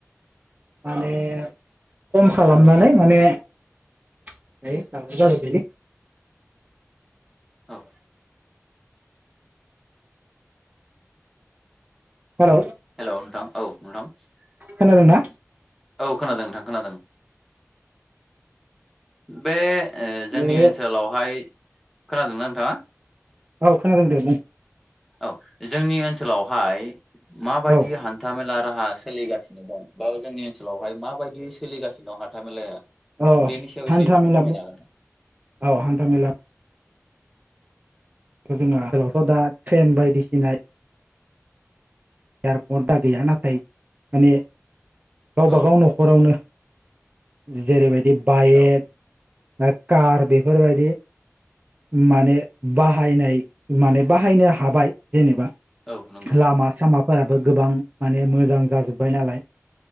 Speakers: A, on the right; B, in the centre.
A: माने खम खालामनानै माने है दावराव जाबाय थायोलै।
B: औ।
A: हेलौ
B: हेलौ नोंथां औ नोंथां।
A: खोनादोंना
B: औ खोनादों नोंथां खोनादों बे ओ जोंनि
A: बे
B: ओनसोलावहाय खोनादोंना नोंथाङा?
A: औ खोनादों दे बुं।
B: औ जोंनि ओनसोलावहाय माबायदि
A: औ
B: हान्था मेला राहा सोलिगासिनो दं। बा जोंनि ओनसोलावहाय माबायदि सोलिगासिनो दं हाथा मेलाया?
A: औ
B: बेनि सायाव एसे
A: हान्था मेला
B: फोरमायनो हागोन ना?
A: औ हान्था मेला। जोंनि ओनसोलावथ' दा ट्रेन बायदिसिना एयारपर्ट दा गैया नाथाय माने गावबागाव
B: औ
A: न'खरावनो जेरैबायदि बाइक
B: औ
A: बा कार बेफोरबायदि माने बाहायनाय माने बाहायनो हाबाय जेनेबा।
B: औ नंगौ
A: लामा सामाफोराबो गोबां माने मोजां जाजोब्बाय नालाय।